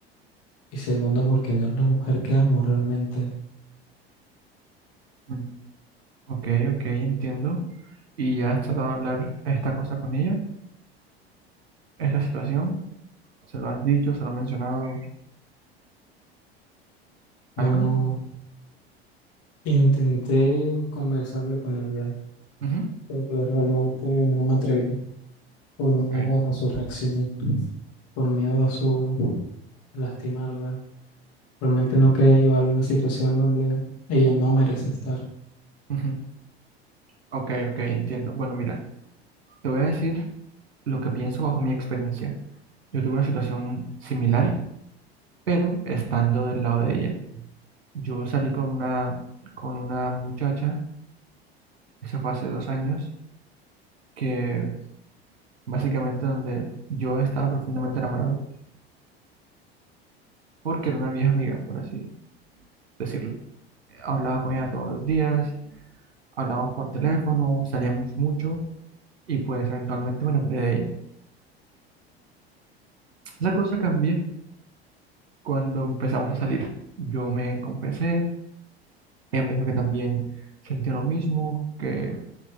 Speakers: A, on the left (about 50°); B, on the right (about 70°).
A: Y segundo porque no es la mujer que amo realmente.
B: Mm. Ok, ok, entiendo. ¿Y ya has tratado de hablar esta cosa con ella? ¿Esta situación? ¿Se lo has dicho? ¿Se lo has mencionado
A: Bueno,
B: algo?
A: intenté conversarlo con ella,
B: Ujú.
A: pero realmente no me atreví por miedo
B: Ok.
A: a su reacción, por miedo a su a lastimarla. Realmente no quería llevarla a una situación donde ella no merece estar.
B: Ujú. Ok, ok, entiendo. Bueno, mira, te voy a decir lo que pienso bajo mi experiencia. Yo tuve una situación similar. pero estando del lado de ella. Yo salí con una, con una muchacha, eso fue hace dos años, que básicamente donde yo estaba profundamente enamorado, porque era una vieja amiga, por así decirlo. Hablaba con ella todos los días, hablábamos por teléfono, salíamos mucho y pues eventualmente me enamoré de ella. La cosa cambió cuando empezamos a salir. Yo me confesé, ella me dijo que también sentía lo mismo, que